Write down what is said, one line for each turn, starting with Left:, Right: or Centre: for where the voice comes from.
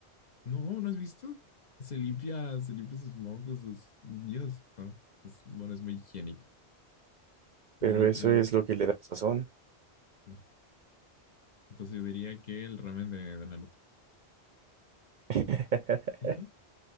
Left: No, ¿no has visto? Se limpia, se limpia sus mocos. es- Dios, no. Es- bueno, es muy higiénico. No,
Right: Pero
Left: lim-
Right: eso
Left: no,
Right: es lo que le da sazón.
Left: no. Entonces yo diría que el ramen de, de Naruto.
Right: <laughs>
Left: ¿Y ya?